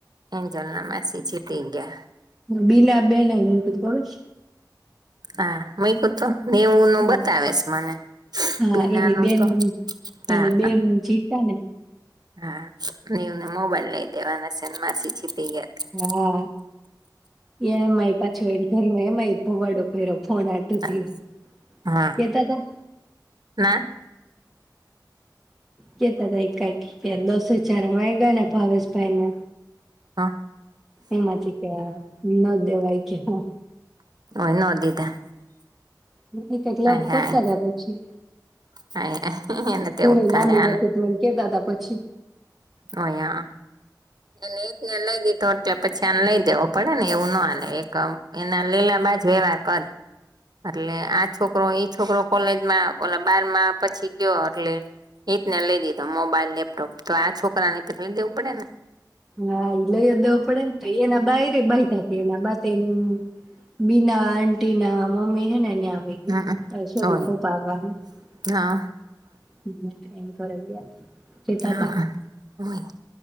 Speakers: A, on the right; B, in the centre.
A: એન્જલ ના માસી જીતી ગયા
B: <unintelligible> બીલા બેયને ના કધું <inaudible>
A: હા મઈ કો તોું નેવું
B: ખબર
A: ન બતાવેશ મને
B: છે હા
A: બીના
B: એની
A: ન
B: બેન
A: તો હા
B: એની બેન જીતા ને
A: હા નેવને મોબાઈલ લઈ દેવાના છેને માસી ગયા
B: હા, એ મારી પાજો એના ઘરે માં એમાંઈ. ભોવાાડો‌ ઈો <unintelligible> ફોન હાટું
A: હતી.
B: થ્રિયું
A: હા
B: કેતા થા.
A: ના
B: કેતા હતા કઈક દસો ચાર મળગા ને ભાવેશ ભાઈને.
A: હ
B: એમાંચી ક્યાં <unintelligible> દેવાય કે, હા.
A: <unintelligible>
B: <unintelligible> ક્લબ
A: હાય
B: કરતા
A: હાય
B: હતાા પછી
A: હાય એને તેવું
B: ઘણી
A: જ થાય
B: લાંબી વાતત મને કેતા હતા. પછી.
A: ઓયાં. એને એક ને લઈ દીધો એટલે પછી આને લઈ દેવો પડે ને એવું ન હાલે એકદમ, એના લેલા બાજ વ્યવહાર કરે. અટલે આ છોકરો એ છોકરો કોલેજમાં ઓલા બારમાં પછી ગયો, એટલે એ જને લઈ દીધો મોબાઈલ, લેપટોપ તો આ છોકરાને <unintelligible> દેવું પડે ને?
B: હા લય જ દેવો પડેને તો એના બાય રે. એના બંને બીના આન્ટી ના મમ્મી હે ને ન્યા
A: હમમ હોય હા
B: <unintelligible> <unintelligible>
A: હા,
B: તા
A: હા, હોય.